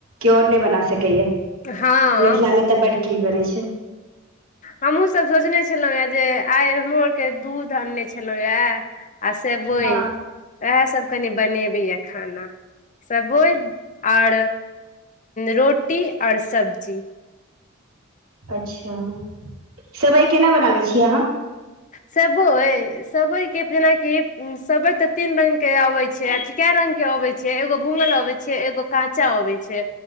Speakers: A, on the right (about 70°); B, on the left (about 35°).
A: केओर नहि बना सकैया
B: हँ
A: मिथिला मे तऽ बड़की बनै छै
B: हमहूँसभ सोचने छलहुँ हे जे आइ हमरो आरके दूध आनने छलहुँ यए आ सेबइ
A: हँ
B: वएह सब कनी बनेबै य खाना सबोइ आओर रोटी आओर सब्जी
A: अच्छा सेवइ केना बनाबै छियै अहाँ
B: सेवइ सेवइ के फेनाकि सेवइ तऽ तीन रंग के अबै छै कय रंग के अबे छै एगो भूगल अबे छै एगो काँचा होबै छै